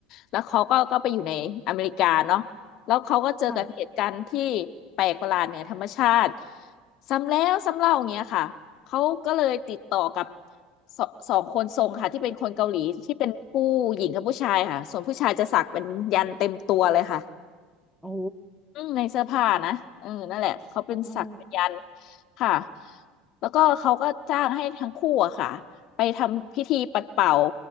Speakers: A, on the left; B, in the centre.
A: แล้วเขาก็ก็ไปอยู่ในอเมริกาเนาะแล้วเขาก็เจอกับเหตุการณ์ที่
B: ค่ะ
A: แปลกประหลาดเหนือธรรมชาติซ้ำแล้วซ้ำเล่าอย่างเงี้ยค่ะเขาก็เลยติดต่อกับสสองคนทรงค่ะที่เป็นคนเกาหลีที่เป็นผู้หญิงกับผู้ชายค่ะส่วนผู้ชายจะสักเป็นยันเต็มตัวเลยค่ะ
B: โอ้
A: อืมในเสื้อผ้านะเออนั่นแหละเขาเป็นศักยันต์
B: อ๋อ
A: ค่ะ แล้วก็เขาก็จ้างให้ทั้งคู่อะค่ะไปทำพิธีปัดเป่า